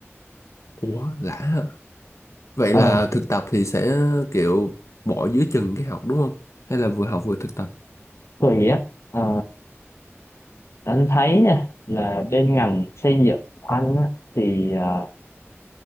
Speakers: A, on the left; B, on the left.
A: ủa lạ hả? vậy
B: ờ,
A: là thực tập thì sẽ kiểu bỏ giữa chừng cái học đúng không hay là vừa học vừa thực tập
B: tùy á ờ, anh thấy nha là bên ngành xây dựng của anh á, thì ờ,